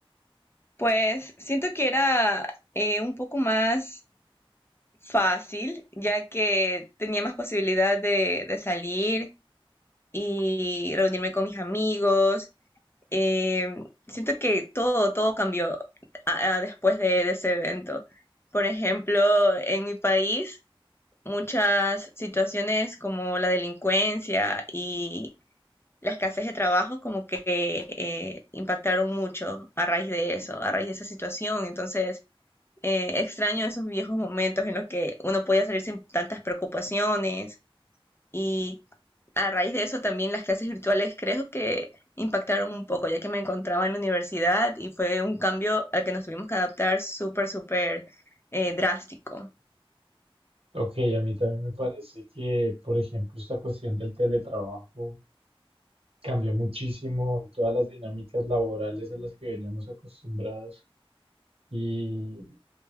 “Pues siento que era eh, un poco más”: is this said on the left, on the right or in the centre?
Left